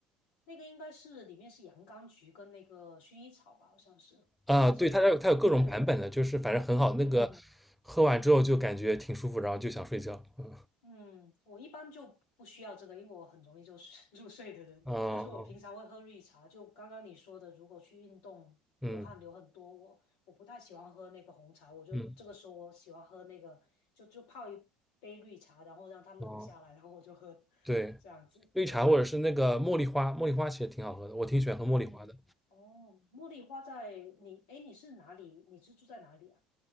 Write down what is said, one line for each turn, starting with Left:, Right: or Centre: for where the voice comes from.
Left: 那个应该是里面是洋甘菊跟那个薰衣草吧，好像是，大概这种。
Centre: 啊，对，它有它有各种版本的，
Left: 对，
Centre: 就是反正很好，那个喝完之后就感觉挺舒服，
Left: 嗯。
Centre: 然后就想睡觉。嗯
Left: 嗯，我一般就不需要这个，因为我很容易就是 <laughs> 入睡的人。
Centre: 嗯
Left: 但是我平常会喝绿茶，就刚刚你说的，如果去运动流汗流很多，
Centre: 嗯
Left: 我我不太喜欢喝那个红茶，我就这个时候我喜欢喝那个，
Centre: 嗯
Left: 就就泡一杯绿茶，然后让它冷下来，
Centre: 哦，
Left: 然后我就喝，
Centre: 对，
Left: 这样子。
Centre: 绿茶或者是那个茉莉花，
Left: 对，
Centre: 茉莉花其实挺好喝的，我挺喜欢喝茉莉花的。
Left: 哦哦，茉莉花在你，哎，你是哪里？你是住在哪里啊？